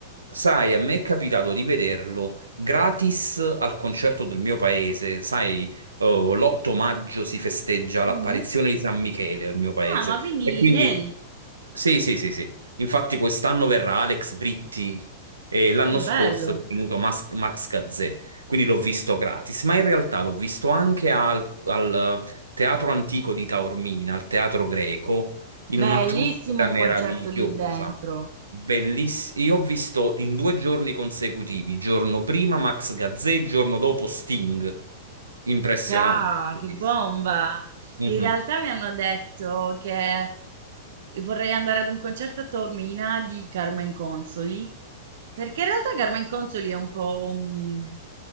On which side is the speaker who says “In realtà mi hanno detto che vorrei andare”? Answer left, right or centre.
Right